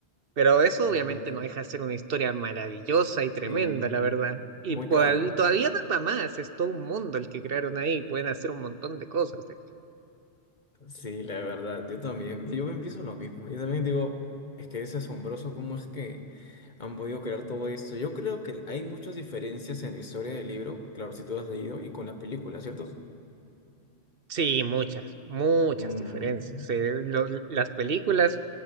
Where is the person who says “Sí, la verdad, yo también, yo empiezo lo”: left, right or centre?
Left